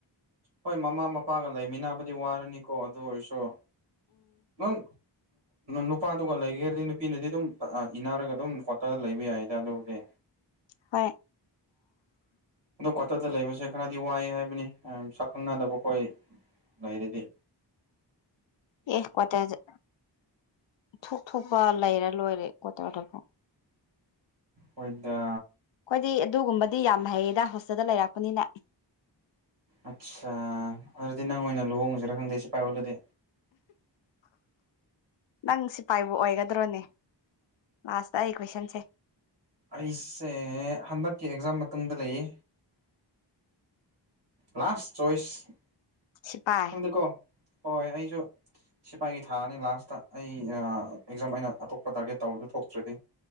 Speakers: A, on the right (about 70°); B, on the left (about 80°).
A: ꯍꯣꯏ ꯃꯃꯥ ꯃꯄꯥꯒ ꯂꯩꯃꯤꯟꯅꯕꯗꯤ ꯋꯥꯔꯅꯤꯀꯣ ꯑꯗꯨ ꯑꯣꯏꯔꯁꯨ ꯎꯝ ꯅꯨꯄꯥꯗꯨꯒ ꯂꯩꯒꯦꯔꯗꯤ ꯅꯨꯄꯤꯅꯗꯤ ꯑꯗꯨꯝ ꯏꯅꯥꯔꯒ ꯑꯗꯨꯝ ꯀꯋꯥꯠꯇꯗ ꯂꯩꯕ ꯌꯥꯏꯗ ꯑꯗꯨꯕꯨꯗꯤ
B: ꯍꯣꯏ
A: ꯑꯗꯣ ꯀ꯭ꯋꯥꯇꯔꯗ ꯂꯩꯕꯁꯦ ꯈꯔꯗꯤ ꯋꯥꯏ ꯍꯥꯏꯕꯅꯤ ꯁꯥꯛꯈꯪꯅꯗꯕ ꯑꯩꯈꯣꯏ ꯔꯗꯤ
B: ꯑꯦ ꯀꯋꯥꯇꯔꯗ ꯊꯣꯛ ꯊꯣꯛꯄ ꯂꯩꯔ ꯂꯣꯏꯔ ꯦ ꯀꯋꯥꯠꯇꯔꯗꯕꯨ
A: ꯍꯣꯏꯗ
B: ꯑꯩꯈꯣꯏꯗꯤ ꯑꯗꯨꯒꯨꯝꯕꯗꯤ ꯌꯥꯝ ꯍꯩꯌꯦꯗ ꯍꯣꯁꯇꯦꯜꯗ ꯂꯩꯔꯛꯄꯅꯤꯅ
A: ꯑꯠꯆꯥ ꯑꯗꯨꯗꯤ ꯅꯪ ꯑꯣꯏꯅ ꯂꯨꯍꯣꯡꯉꯁꯤꯔꯥ ꯈꯪꯗꯦ ꯁꯤꯐꯏ ꯑꯣꯜꯂꯗꯤ
B: ꯅꯪ ꯁꯤꯄꯥꯏꯕꯨ ꯑꯣꯏꯒꯗ꯭ꯔꯣꯅꯦ ꯂꯁꯇ ꯑꯩ ꯀꯣꯏꯁꯟꯁꯦ
A: ꯑꯩꯁꯦ ꯍꯟꯗꯛꯀꯤ ꯑꯦꯛꯖꯥꯝ ꯃꯇꯨꯡꯗ ꯂꯩꯌꯦ ꯂꯥꯁ ꯆꯣꯏꯁ
B: ꯁꯤꯐꯥꯏ
A: ꯈꯪꯗꯦꯀꯣ ꯍꯣꯏ ꯑꯩꯁꯨ ꯁꯤꯐꯥꯏꯒꯤ ꯊꯥꯅꯤ ꯂꯥꯁꯇ ꯑꯩ ꯑꯦꯛꯖꯥꯝ ꯑꯩꯅ ꯑꯇꯣꯞꯄ ꯇꯥꯔꯒꯦꯠ ꯇꯧꯔꯗ ꯊꯣꯛꯇ꯭ꯔꯗꯤ